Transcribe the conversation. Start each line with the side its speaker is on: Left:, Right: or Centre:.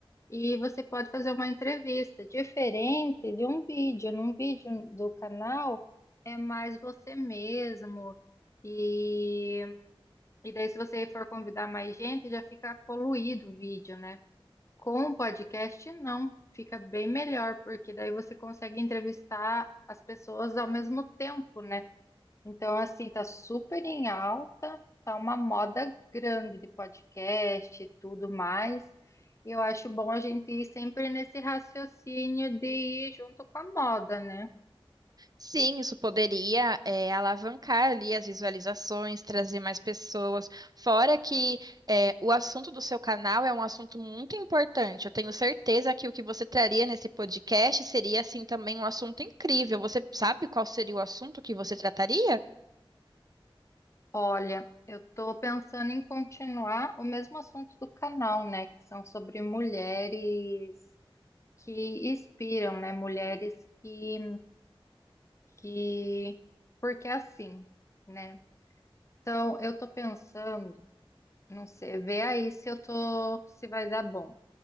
Left: e você pode fazer uma entrevista diferente de um vídeo. Num vídeo do canal é mais você mesmo e, e daí se você for convidar mais gente já fica poluído o vídeo, né? Com o podcast não, fica bem melhor porque daí você consegue entrevistar as pessoas ao mesmo tempo, né? Então, assim, tá super em alta, tá uma moda grande de podcast e tudo mais. E eu acho bom a gente ir sempre nesse raciocínio de ir junto com a moda, né?
Right: Sim, isso poderia eh, alavancar ali as visualizações, trazer mais pessoas. Fora que eh, o assunto do seu canal é um assunto muito importante. Eu tenho certeza que o que você traria nesse podcast seria, assim, também um assunto incrível. Você sabe qual seria o assunto que você trataria?
Left: Olha, eu tô pensando em continuar o mesmo assunto do canal, né? Que são sobre mulheres que inspiram, né? Mulheres que, que... Porque é assim, né? Então, eu tô pensando. Não sei, vê aí se eu tô, se vai dar bom.